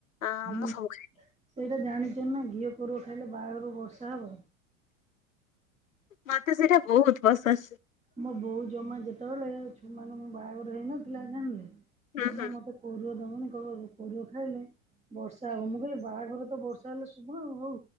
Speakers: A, on the left; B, on the right.
A: ଆଁ
B: ହୁଁ
A: ମୁଁ ସବୁ ଖାଏ।
B: ସେଇଟା ଜାଣିଛନା ଘିଅ କୋରୁଅ ଖାଇଲେ ବାହାଘରକୁ ବର୍ଷା ହବ।
A: ମତେ ସେଇଟା ବହୁତ ପସନ୍ଦ।
B: ମୋ ବୋଉ ଜମା ଯେତେବେଳେ ଛୁ ମାନେ ମୋ ବାହାଘର ହେଇନଥିଲା ଜାଣିଲେ
A: ହୁଁ
B: ଜମା
A: ହୁଁ
B: ମତେ କୋରୁଆ ଦବନି କହିଵ କୋରୁଅ ଖାଇଲେ ବର୍ଷା ହବ ମୁଁ କହିଲି ବାହାଘର ତ ବର୍ଷା ହେଲେ ଶୁଭ ଆଉ ହଉ।